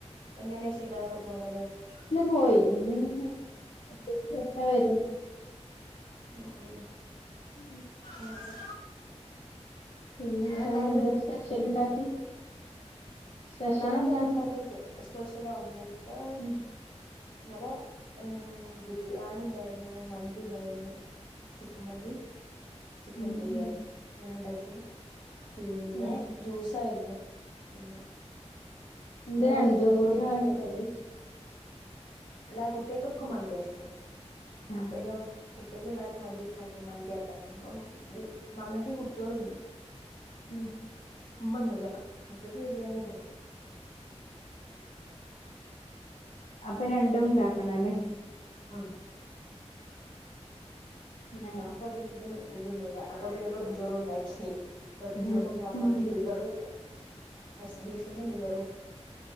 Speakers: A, on the left; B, on the left.
A: വന്നേനേശേക്കാരം ങ്ങള് പോന്നല്ലെ
B: ഇന്ന് പോയി ഇന്ന് ഇഞ്ഞ് ശേഷാ വര
A: ഉം ഉം
B: ഉം
A: അങ്ങനെ
B: പിന്നെന്താ
A: എങ്ങനെണ്ടായ
B: എന്താ
A: പെ
B: സ്പെഷ്യൽ ഇണ്ടാക്കി സ്പെഷ്യൽ
A: പെരുന്നാളൊക്കെ
B: എന്താണ്
A: എങ്ങനെ ഇണ്ടായിനോയ്ക്ക സ്പെഷലോ ഇന്നൽത്താ
B: ഉം
A: ഇന്നലെ ഉം ബിരിയാണിണ്ടായിരുന്നു, മന്തിണ്ടായിനു ചിക്കൻ മന്തി
B: ഉം
A: ചിക്കൻ
B: ഉം
A: ബിരിയാണി
B: ഉം
A: ഞങ്ങള്ണ്ടാക്കി പിന്നെ
B: ഉം
A: ജ്യൂസായിരുന്നു പിന്നെ
B: ഇത്
A: പിന്ന
B: രണ്ടും
A: വെറുംചോറും
B: കൂടി
A: ഐക്ക്ള്ള
B: വാങ്ങി
A: കറീം
B: വെച്ച്
A: ല്ലാ കുട്ട്യേക്കൊക്കെ
B: ഇത്-
A: മന്ത്യാ ഇഷ്ടം
B: ആ
A: അപ്പൊന്നെ കുട്ട്യേക്കെല്ലാർ മന്തിഷ്ട്ടായപ്പൊ മന്തിയാക്കാന്ന് അപ്പം ബി മന്തി കുട്ട്യോള്ന്നും
B: ഉം
A: മ്മന്നൂലാ അപ്പ ബിരിയാണിണ്ടാക്കി
B: അപ്പ രണ്ടും ണ്ടാക്കണല്ലേ.
A: ഉം
B: ഞങ്ങ
A: ബാപ്പത് രണ്ടും തിന്നൂലാ അപ്പൊ പിന്നെ വെറുംചോറുണ്ടാക്കി വെറുഞ്ചോറും
B: ഉം
A: ബാപാക്ക്
B: ഉം
A: ലീവറ് എർച്ച് ബീഫിന്റെ ലിവറും